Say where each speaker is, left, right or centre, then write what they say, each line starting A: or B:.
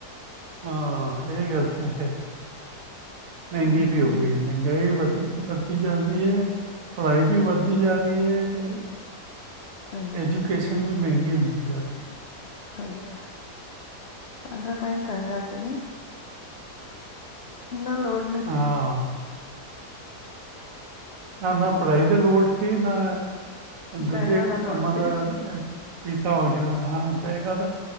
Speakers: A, on the right (about 60°); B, on the left (about 70°).
A: ਹਾਂ ਏ ਗੱਲ ਤੇ ਐ ਫੇਰ ਮੈਂਗੀ
B: ਹਮ
A: ਵੀ ਹੋ ਗਈ ਆ ਮੈਂਗਾਈ ਵੀ ਵੱਦੀ ਵੱਧਦੀ ਜਾਂਦੀ ਐ। ਪੜਾਈ ਵੀ ਵੱਧਦੀ
B: ਹਮ
A: ਜਾ ਰਈ ਐ ਤੇ
B: ਸਹੀ ਹੈ
A: ਐਜੂਕੇਸ਼ਨ ਵੀ ਮੈਂਗੀ ਹੁੰਦੀ ਜਾ ਰਈ ਐ
B: ਸਈ ਐ, ਸਾਡਾ ਟਾਈਮ ਚੰਗਾ ਸੀ ਨਈਂ ਏਨਾ ਲੋੜ ਨੀ
A: ਹੈ
B: ਸੀ
A: ਹਾਂ ਨਾ-ਨਾ
B: ਹਮ
A: ਪੜਾਈ ਦੀ ਲੋੜ ਸੀ ਨਾ, ਦੂਜੇ
B: ਬੈਗਾਂ ਦਾ
A: ਕੰਮਾਂ
B: ਲੋਡ ਸੀ
A: ਦਾ ਪੀਤਾ ਵਗੈਰਾ ਆਰਾ ਬੇਗਾਦਾ